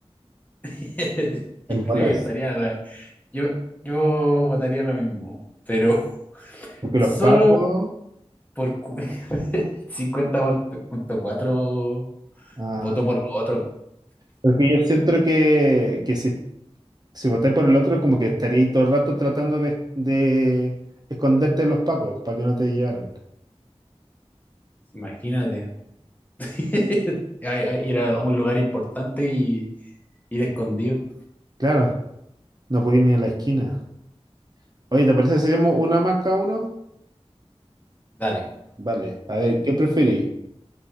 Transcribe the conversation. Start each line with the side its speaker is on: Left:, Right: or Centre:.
Left: <laughs> Yo
Right: en
Left: creo
Right: bolas.
Left: que estaría la, Yo, yo votaría lo mismo, pero <laughs>
Right: Porque
Left: solo
Right: los pacos.
Left: por cu- <laughs> cincuenta punto cuatro
Right: ah,
Left: votó por lo otro.
Right: porque yo siento que, que si Si votáis por el otro, como que estaríais todo el rato tratando de, de esconderte de los pacos para que no te llevaran.
Left: Imagínate. <laughs> A- a Ir a un lugar importante y ir escondido.
Right: Claro, no podéis ni a la esquina. Oye, ¿te parece si hacemos una más cada uno?
Left: Dale.
Right: Vale, a ver,
Left: <laughs>
Right: ¿qué preferís?